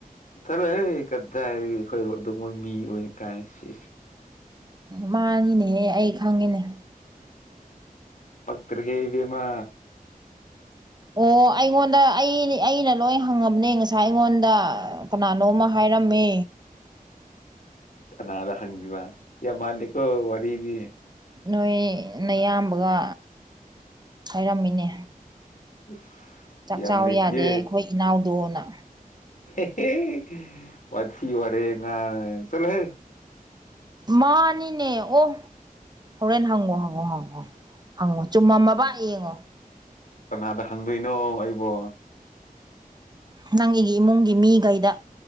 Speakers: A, on the left (about 60°); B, on the right (about 30°).
A: ꯐꯔꯦ ꯍ ꯀꯗꯥꯏꯗꯒꯤ ꯑꯩꯈꯣꯏ ꯑꯗꯨꯕ ꯃꯤ ꯑꯣꯏꯅ ꯀꯥꯏꯅ ꯁꯤ
B: ꯃꯥꯅꯤꯅꯦꯍꯦ ꯑꯩ ꯈꯪꯉꯤꯅꯦ
A: ꯄꯛꯇ꯭ꯔ ꯍꯦ ꯏꯕꯃ
B: ꯑꯣ ꯑꯩꯉꯣꯟꯗ ꯑꯩ ꯑꯩꯅ ꯂꯣꯏ ꯍꯪꯉꯕꯅꯦ ꯉꯁꯥꯏ ꯑꯩꯉꯣꯟꯗ ꯀꯅꯥꯅꯣ ꯑꯃ ꯍꯥꯏꯔꯝꯃꯦ
A: ꯅꯗ ꯍꯪꯖꯕ ꯌꯦ ꯃꯥꯜꯜꯂꯤꯀꯣ ꯋꯥꯔꯤꯔꯤꯕꯤ
B: ꯅꯣꯏ ꯅꯌꯥꯝꯕꯒ ꯍꯥꯏꯔꯝꯃꯤꯅꯦ
A: ꯌꯥꯝ
B: ꯆꯥꯛ
A: ꯌꯥꯝ
B: ꯆꯥꯎ
A: ꯑꯃ ꯂꯩꯇꯦ
B: ꯌꯥꯗꯦ ꯑꯩꯈꯣꯏ ꯏꯅꯥꯎꯗꯣꯅ
A: ꯍ ꯄꯊꯤ ꯋꯥꯔꯦ ꯉ ꯆꯂ ꯍꯦ
B: ꯃꯥꯅꯤꯅꯦ ꯑꯣ ꯍꯣꯔꯦꯟ ꯍꯪꯉꯣ ꯍꯪꯉꯣ ꯍꯪꯉꯣ ꯍꯪꯉꯣ ꯆꯨꯝꯃꯝꯃꯕ ꯌꯦꯡꯉꯣ
A: ꯀꯅꯥꯗ ꯍꯪꯗꯣꯏꯅꯣ ꯑꯩꯕꯣ
B: ꯅꯪ ꯑꯩꯒꯤ ꯏꯃꯨꯡꯒꯤ ꯃꯤꯈꯩꯗ